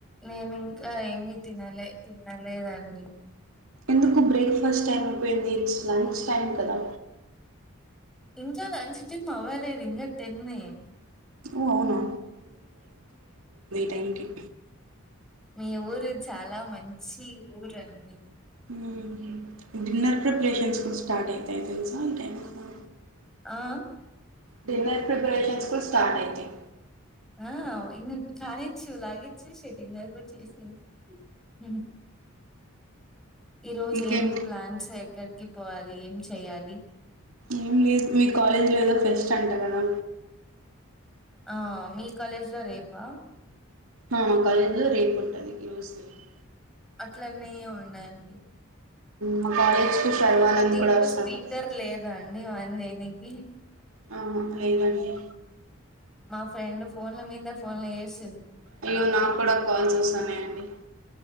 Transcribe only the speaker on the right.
ఎందుకు బ్రేక్ఫాస్ట్ టైమ్ లో పోయింది ఇట్స్ లంచ్ టైమ్ కదా
ఓ అవునా థ్యాంక్ యూ
హుమ్ డిన్నర్ ప్రిపరేషన్స్ కూడ్ స్టార్ట్ అయితాయి తెలుసా ఈ టైమ్ కు
డిన్నర్ ప్రిపరేషన్స్ కూడ్ స్టార్ట్ అయితాయి
ఇంకేంటి
ఏం లేదు మీ కాలేజ్లో ఏదో ఫెస్ట్ అంట కదా
ఆ కాలేజ్ లో రేపు ఉంటది ఈ రోజు లేదు
హు కాలేజ్ శర్వానంద్
కూడా వస్తన్నాడు
ఆ అ లెవ్ అండి
అయ్యో నాకు కూడా కాల్ వస్తాన్నాయి అండి